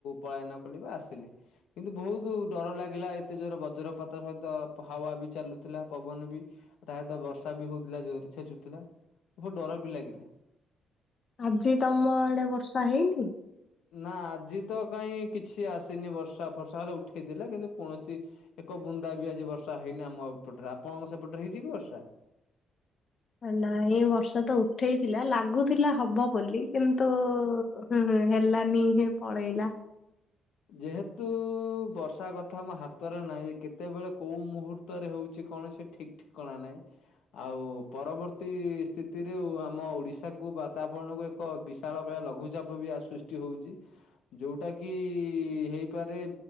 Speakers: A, on the left; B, on the left.
A: ପଳାୟନ କଲି ବା ଆସିଲି, କିନ୍ତୁ ବହୁତ ଡର ଲାଗିଲା ଏତେ ଜୋର ବଜ୍ରପାତ ସହିତ ହାୱା ବି ଚାଲୁଥିଲା, ପବନ ବି ତା ସହିତ ବର୍ଷା ବି ହଉଥିଲା ଥିଲା ବହୁତ ଡର ବି ଲାଗିଲା।
B: ଆଜି ତମ ଆଡେ ବର୍ଷା ହେଇନି?
A: ନା ଆଜି ତ କାହିଁ କିଛି ଆସିନି ବର୍ଷା ଫର୍ଷା ହେଲେ ଉଠେଇଥିଲା, କିନ୍ତୁ କୌଣସି ଏକ ବୁନ୍ଦା ବି ଆଜି ବର୍ଷା ହେଇନି, ଆମ ଏପଟରେ ଆପଣଙ୍କ ସେପଟରେ ହେଇଛି କି ବର୍ଷା?
B: ହେଲା ଏଇ ବର୍ଷା ତ ଉଠେଇଥିଲା ଲାଗୁଥିଲା ହବ ବୋଲି କିନ୍ତୁ ହ ହେଲାନି ହିଁ ପଳେଇଲା।
A: ଯେହେତୁ ବର୍ଷା କଥା ଆମ ହାତରେ ନାହିଁ କେତେବେଳେ କୋଉ ମୁହୂର୍ତ୍ତରେ ହେଉଛି କଣ ସେ ଠିକ ଠିକଣା ନାହିଁ, ଆଉ ପରବର୍ତ୍ତୀ ସ୍ଥିତିରେ ଆମ ଓଡିଶାକୁ ବାତାବରଣ କୁ ଏକ ବିଶାଳ ଲଘୁଚାପ ବି ସୃଷ୍ଟି ହଉଛି ଯୋଉଟା କି ହେଇପାରେ